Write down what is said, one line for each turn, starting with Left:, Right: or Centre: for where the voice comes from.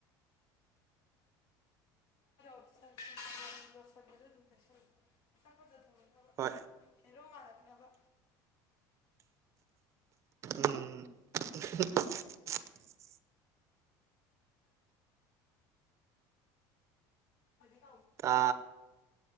Left: <unintelligible>
Right: ꯍꯣꯏ
Left: ꯍꯦꯔꯣ ꯃꯥꯜꯅꯛꯅꯕ꯫
Right: ꯎꯝ <unintelligible>
Left: <unintelligible> <unintelligible>
Right: ꯇꯥ